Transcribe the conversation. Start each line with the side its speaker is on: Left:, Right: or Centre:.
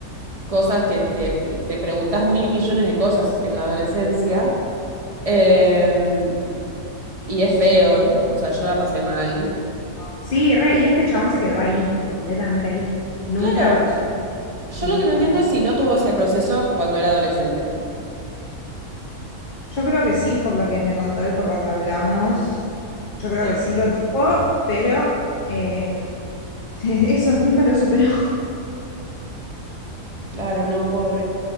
Right: cosas que te, te preguntas mil millones de cosas en la adolescencia. Eh, y es feo, o sea, yo la pasé mal.
Left: Sí, re, y este chabón se quedó ahí, completamente ahí. Nunca
Right: Claro,
Left: evolucionó,
Right: yo
Left: nunca.
Right: lo que no entiendo es si no tuvo ese proceso cuando era adolescente.
Left: Yo creo que sí, por lo que me contó y por lo que hablamos, yo creo
Right: Ah,
Left: que sí lo tuvo, pero eh, <laughs> eso nunca lo superó.
Right: claro, no, pobre.